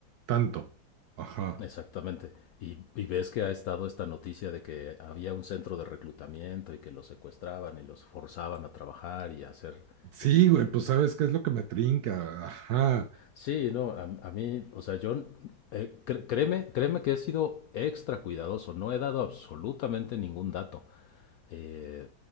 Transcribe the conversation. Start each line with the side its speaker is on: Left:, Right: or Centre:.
Right: tanto. Ajá.
Left: Exactamente. Y, y ves que ha estado esta noticia de que había un centro de reclutamiento y que los secuestraban y los forzaban a trabajar y a hacer
Right: Sí,
Left: este,
Right: güey, pues sabes qué es lo que me trinca. Ajá.
Left: Sí, no, a, a mí, o sea, yo, eh, cr- créeme, créeme que he sido extra cuidadoso, no he dado absolutamente ningún dato. Eh,